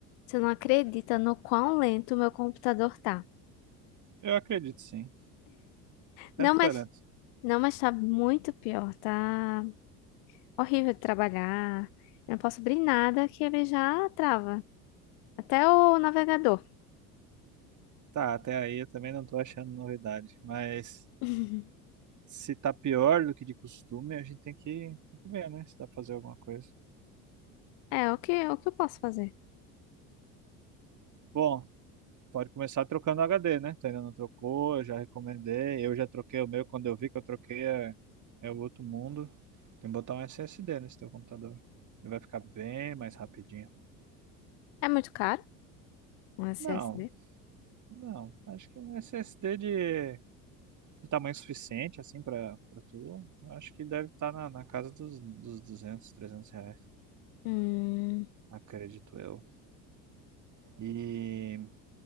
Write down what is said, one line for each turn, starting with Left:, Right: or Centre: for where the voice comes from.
Left: Você não acredita no quão lento o meu computador tá.
Right: Eu acredito sim. Sempre
Left: Não, mas
Right: foi lento.
Left: não, mas tá muito pior. Tá horrível de trabalhar. Eu não posso abrir nada que ele já trava. Até o navegador.
Right: Tá, até aí eu também não tô achando novidade. Mas
Left: <laughs>
Right: se tá pior do que de costume, a gente tem que, tem que ver, né? Se dá pra fazer alguma coisa.
Left: É, o que, o que eu posso fazer?
Right: Bom, pode começar trocando o HD, né? Tu ainda não trocou, eu já recomendei. Eu já troquei o meu quando eu vi que eu troquei é, é o outro mundo. Tem que botar um SSD nesse teu computador. Ele vai ficar bem mais rapidinho.
Left: É muito caro um SSD?
Right: Não, não. Acho que um SSD de de tamanho suficiente, assim, pra, pra tu, eu acho que deve estar na, na casa dos, dos 200, 300 reais,
Left: Hum,
Right: acredito eu. E,